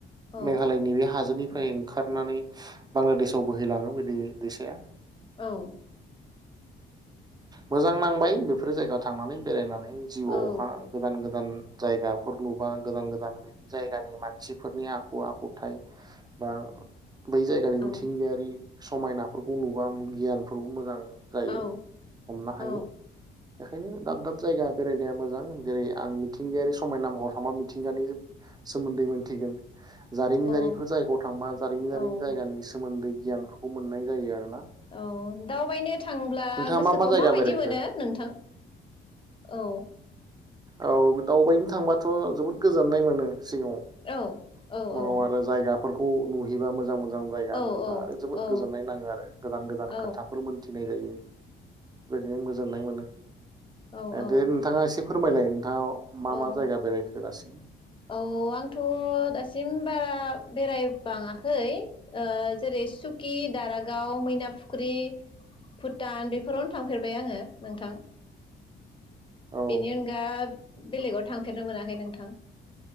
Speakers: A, on the left; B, on the right.
A: औ
B: मेघालयनि बे हाजोनि फ्राय ओंखारनानै बांलादेशआव बोहैलाङो बे दै दैसाया
A: औ।
B: मोजां नांबाय बेफोरो जायगायाव थांनानै बेरायनानै जिउआवहा
A: औ
B: गोदान गोदान गोदान जायगाफोर नुबा गोदान गोदान ब जायगानि मानसिफोरनि आखु आखुथायाइ बा। बै जायगानि
A: औ
B: मिथिंगायारि समायनाफोरखौ नुबा गियानफोरबो मोजां। जायो
A: औ
B: हमनो हायो
A: औ
B: बेखायनो दाब दाब जायगा। बेरायनाया मोजां जेरै आं मिथिंगायारि समायना महर थांबा मिथिंगानि सोमोन्दै मोनथिगोन जारिमिनारिफोर
A: औ
B: जायगायाव थांबा जारिमिनारि
A: औ
B: जायगानि
A: औ
B: सोमोन्दै गियानफोरखौ मोननाय जायो आरो
A: औ दावबायनो थांब्ला
B: नोंथाङा
A: गोसोखौ
B: मा मा जायगा
A: माबायदि
B: बेरायखो
A: मोनो नोंथां औ
B: औ दावबायनो थांबाथ' थ' जोबोद गोजोननाय मोनो सिङाव
A: औ औ
B: उनाव
A: औ
B: आरो जायगाफोरखौ खौ नुहैबा मोजां मोजां जायगा
A: औ
B: नुयोबा आरो जोबोद
A: औ
B: गोजोननाय नाङो आरो गोदान गोदान
A: औ
B: खोथाफोर मोन्थिनाय जायो बेदिनो
A: औ औ
B: गोन नोंथाङा एसे फोरमायलाय नोंथाङा मा
A: औ
B: मा जायगा बेरायखो दासिम
A: औ आंथ' दासिम बारा बेरायबाङाखै जेरै सुकि दारागाव मैनाफुख्रि भुटान बेफोरावनो थांफेरबाय आङो नोंथां
B: औ
A: बिनि अनगा बेलेगाव थांफेरनो मोनाखै नोंथां